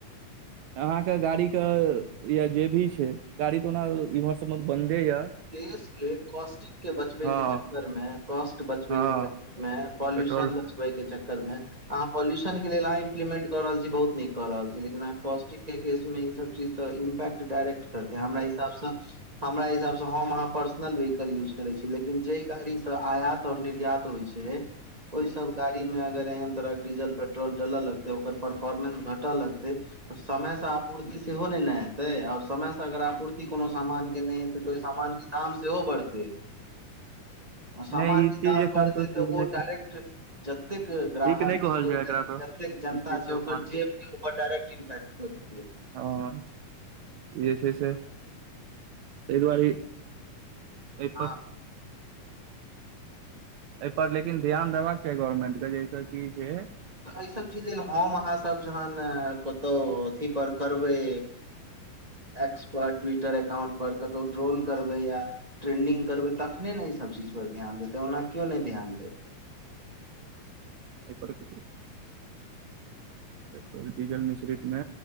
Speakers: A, on the right (about 75°); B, on the right (about 25°).
A: अहाँ के गाड़ी के या जे भी छै गाड़ी त ओना इम्हर सब मे बंन्दे ये
B: देश के कॉस्टिक के बचवे
A: हँ
B: के चक्कर मे कॉस्ट बचबे
A: हँ
B: के चककर मे पॉल्यूशन
A: पेट्रोल
B: बचबे के चक्कर मे अहाँ पॉल्यूशन के लेल अहाँ इम्प्लीमेंट कर रहल छी बहुत नीक कऽ रहल छै लेकिन कॉस्टिक के केस मे ई सब चीज तऽ इम्पैक्ट डायरेक्ट करतै हमरा हिसाब सँ हमरा हिसाब सँ हम अहाँ पर्सनल वेहीकल यूज करै छी लेकिन जेहि गाड़ी से आयात और निर्यात होइ छै ओहि सब गाड़ी मे अगर एहन तरह डीजल पेट्रल डलऽ लगतै ओकर परफोर्मेंस घटऽ लगतै समय से पूर्ति सेहो नहि ने हेतै आओर समय से अगर आपूर्ति कोनो सामान के नहि हेतै तो सामान के दाम सेहो बढ़ते सामानके
A: नहि ई चीज
B: दाम
A: एखन
B: बढ़तै तऽ
A: ठीक
B: ओ
A: नहि छै
B: डायरेक्ट जतेक ग्राहक
A: ठीक नहि कहल
B: छै
A: जाय एकरा तऽ
B: जतेक जनता
A: ई चीज
B: छै
A: तऽ
B: ओकर
A: मानबै
B: जे ओकर डायरेक्ट इंटैक्ट कऽ देतै
A: हँ जे छैय से तै दुआरे एहिपर
B: हँ
A: एहिपर लेकिन ध्यान देबाक चाही गवर्मेंट के जाहिसँ की छैय
B: तऽऐ सब चीज ले हम अहाँ सब जहन कतहु अथी पर करबै एक्स पर ट्विटर एकाउंट पर कतौ ट्रोल करबै या ट्रेंडिंग करबै तखने ने ईसभ चीज पर ध्यान देतै ओना केओ नहि ध्यान देतै।
A: <unintelligible> पेट्रोल डीजल मिश्रित मे